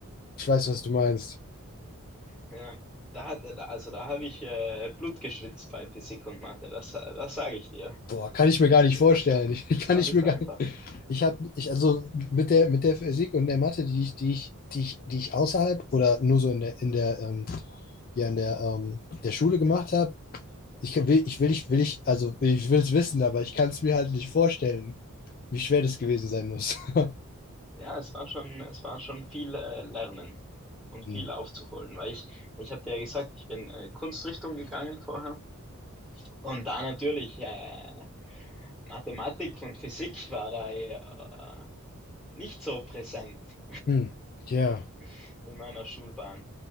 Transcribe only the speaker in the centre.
Ja, da hat, da- also da habe ich äh, Blut geschwitzt bei Physik und Mathe, das, das sage ich dir.
Das, war-
das
war
nicht
einfach.
Ja, es war schon, es war schon viel äh, Lernen und
viel aufzuholen, weil ich, ich habe dir ja gesagt, ich bin äh, Kunstrichtung gegangen vorher und da natürlich äh, Mathematik und Physik war da ja äh, nicht so präsent
<laughs> in meiner Schulbahn.